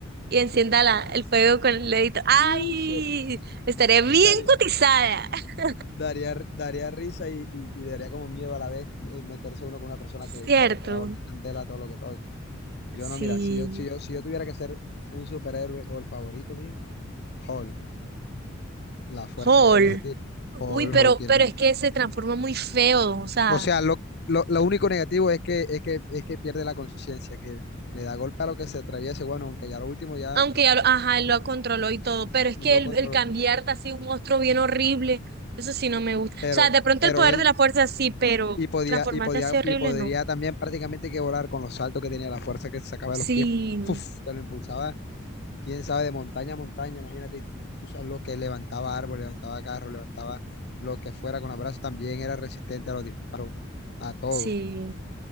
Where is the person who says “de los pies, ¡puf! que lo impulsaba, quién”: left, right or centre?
Left